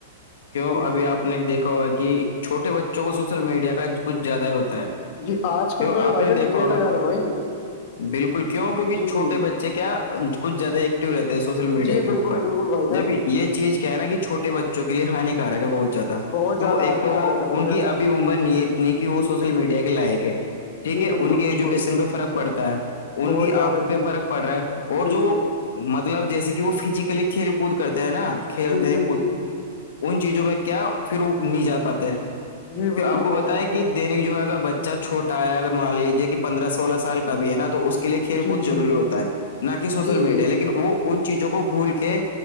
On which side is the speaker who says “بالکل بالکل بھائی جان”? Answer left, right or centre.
Left